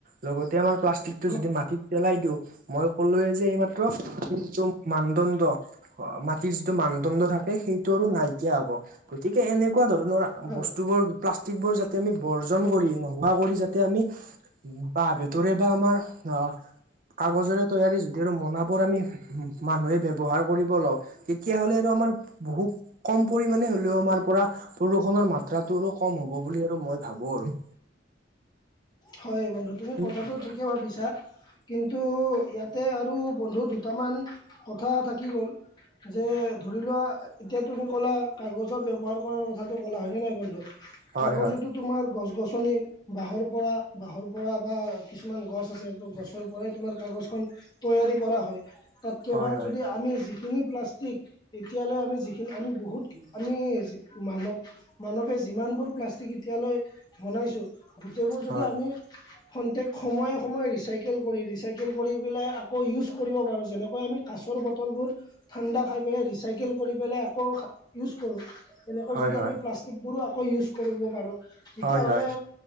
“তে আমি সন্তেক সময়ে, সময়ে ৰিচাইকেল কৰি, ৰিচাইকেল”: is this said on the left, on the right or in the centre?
Left